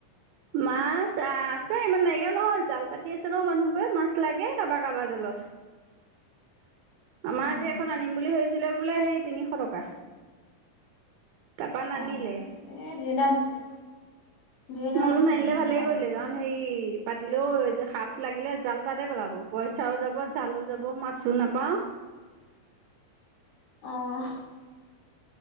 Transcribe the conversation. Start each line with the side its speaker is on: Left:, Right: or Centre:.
Right: মাছ আহ, আছে ইমান নাইকিয়াও নহয় জাল পাতি আছে ন মানুহবোৰে মাছ লাগে কাৰোবাৰ-কাৰোবাৰ জালত। <unintelligible>
Left: <unintelligible>
Right: আমাৰ
Left: অ',
Right: আজি এখন আনিম বুলি ভাবিছিলে বোলে হেৰি তিনিশ টকা। তাৰপৰা নানিলে
Left: অ', এ ঢেৰ দাম আছে। ঢেৰ দাম
Right: মই বোলো
Left: আছে
Right: নানিলে
Left: সেই
Right: ভালে
Left: জালবোৰ।
Right: কৰিলে কাৰণ সেই পাতিলেও সাপ লাগিলে জাল তাতে পেলাব পইচাও যাব, জালো যাব, মাছো নাপাওঁ।
Left: অ'।